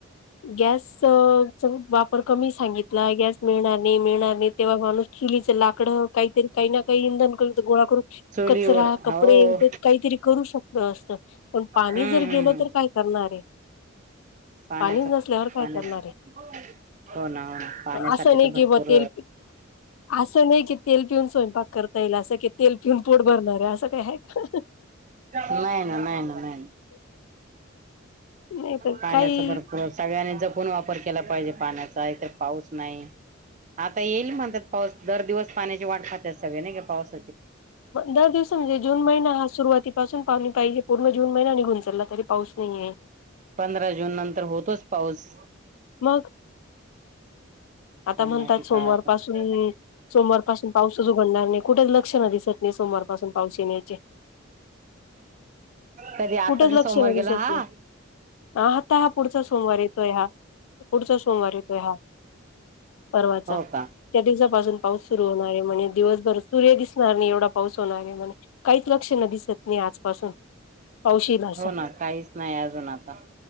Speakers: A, on the left; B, on the right.
A: गॅस वापर कमी सांगितला गॅस मिळणार नाही मिळणार नाहीत चूलीच लाकड काहीतरी काही ना काही इंधन करून गोळा करून
B: चुलीवर
A: कचरा कपडे
B: हो
A: एक काहीतरी करू शकत असत पण पाणी
B: हम्म
A: जर
B: हम्म
A: गेलं तर काय करणार आहे.
B: पाण्याचा
A: पाणीच नसल्यावर काय
B: पाण्या
A: करणार आहे
B: हो ना हो ना पाण्यासाठी
A: असं नाही
B: तर भरपूर
A: कि ब तेल असं नाही की तेल पिऊन स्वयंपाक करता येईल असं की तेल पिऊन पोट भरणार आहे असं काय आहे का
B: नाही ना नाही ना नाही ना
A: नाही तर
B: पाण्या
A: काही
B: सगळ्यांनी जपून वापर केला पाहिजे पाण्याचा इतर पाऊस नाही आता येईल म्हणतात पाऊस दर दिवस पाण्याची वाट पाहतात सगळे नाही का पाऊस
A: दर दिवस म्हणजे जून महिना हा सुरुवातीपासून पाणी पाहिजे पूर्ण जून महिना निघुन पडला तरी पाऊस नाहीे.
B: पंधरा जून नंतर होतोच पाऊस.
A: मग
B: काय
A: आता म्हणतात
B: माहिती
A: सोमवार
B: काय आता
A: पाासून सोमवार पासून पाऊसच उघडणार नाही. कुठल? लक्षण दिसत नाही सोमवार पासून पाऊस येण्याचे
B: कधी आताचा
A: कुठच लक्षण
B: सोमवार गेला
A: दिसत
B: हा
A: नाही हा आता हा पुढचा सोमवार येतोय हा पुढचा सोमवार येतोय हा परर्वाचा
B: हो का
A: त्या दिवसा पाऊस सुर होणार म्हणे दिवसभर सूर्य दि नाही एवढा पाऊस होणार आहे म्हणे काहीच लक्षन दिसत नाही आजपासून पावस येईल असा
B: हो ना काहीच नाही अजून आता